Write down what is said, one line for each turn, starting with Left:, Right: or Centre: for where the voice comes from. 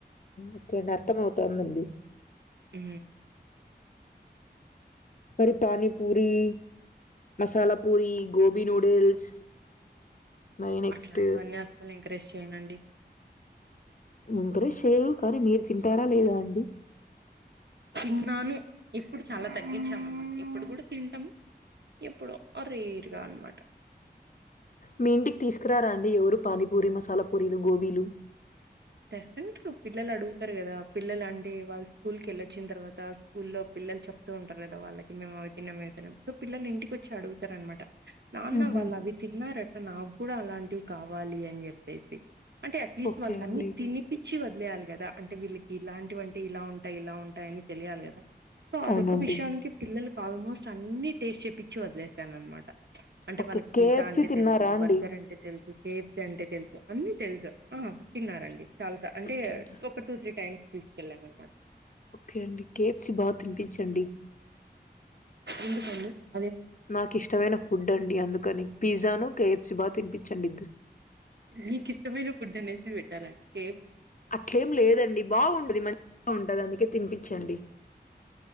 Left: ఓకే అండి అర్థం అవుతాందండి
Right: ఆ
Left: మరి పనీపూరి మసాలా పూరి గోబి నూడిల్స్ మరి నెక్స్ట్
Right: అట్లాంటివన్నీ అస్సలు ఎంకరేజ్ చేయనండి
Left: అందరూ చేయారు కానీ మీరు తింటారా లేదా అండి
Right: తిన్నాను ఇప్పుడు చాలా తగ్గించాము ఇప్పుడు కూడా తింటాము ఎప్పుడో రేరుగా అన్నమాట
Left: మీ ఇంటికి తీసుకురారండి ఎవరు పానీపూరి మసాలా పూరీలు గోబీలు
Right: తెస్తుంటారు పిల్లలు అడుగుతారు కదా పిల్లలు అంటే వాళ్ళ స్కూల్ క వెళ్ళిచ్చిన తర్వాత స్కూల్లో పిల్లలు చెప్త ఉంటారు కాద వాళ్ళకి మేము అవి తిన్నం ఇవి తిన్నాం సో పిల్లలు ఇంటికిచ్చ అడుగుతార అనమాట నాన్న
Left: ఉహు
Right: వాళ్ళు అవి తిన్నారట నాకు కూడా అలాంటివి కావాలి అని చెప్పేసి అంటే అట్లీస్ట్
Left: ఓకే
Right: వాళ్ళకి
Left: అండి
Right: అన్ని ఇపిచ్చి వదిలేయాలి కదా అంటే వీళ్ళకి ఇలాంటివంటే ఇలా ఉంటాయి ఇలా ఉంటాయి అని తెలియాలి కదా సో అదొక్క
Left: అవునండి
Right: విషయానికి పిల్లలకి ఆల్మోస్ట్ అన్ని టేస్ట్ చెప్పించి వదిలేసాను అనమాట అంటే
Left: ఓకే
Right: వాళ్ళకి
Left: కేఎఫ్సి
Right: పిజ్జా అంటే
Left: తిన్నారా
Right: తెలుసు
Left: అండి
Right: బర్గర్ అంటే తెలుసు కేఎఫ్సి అంటే తెలుసు అన్ని తెలుసు తిన్నారండి చాలాస అంటే
Left: తిన్నా
Right: ఒక టూ త్రీ టైమ్స్ తీసుకెళ్లనన్నమాట
Left: ఓకే అండి కేఎఫ్సి బాగా తినిపించండి
Right: ఎందుకు అండి
Left: నాకు ఇష్టమైన ఫుడ్ అండి అందుకని పిజ్జాను కేఎఫ్సి బాగా తినిపించండి
Right: నీకు ఇష్టమైన ఫుడ్ అనేసి పెట్టాలంకే
Left: అట్లేం లేదండి బాగుంటది మంచిగా ఉంటది అందుకే తినిపించండి